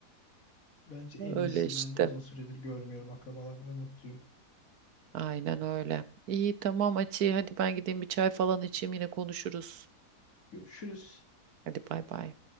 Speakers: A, on the left; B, on the right.
A: Bence en
B: Öyle
A: iyisi.
B: işte.
A: Ben de uzun süredir görmüyorum akrabalarımı ve mutluyum.
B: Aynen öyle. İyi tamam Açı. Hadi ben gideyim bir çay falan içeyim. Yine konuşuruz.
A: Görüşürüz.
B: Hadi bay bay.